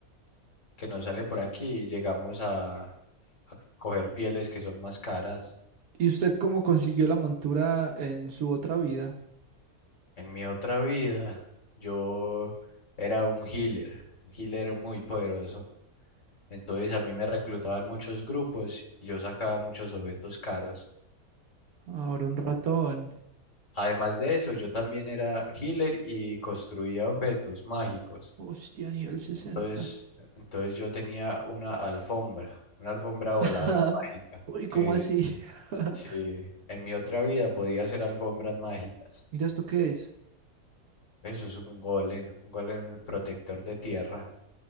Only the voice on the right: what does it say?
¿Y usted cómo consiguió la montura en su otra vida?
Ahora un ratón.
Hostia, nivel sesenta!
<laughs>
Uy, ¿cómo
así? <laughs>
Mira esto qué es.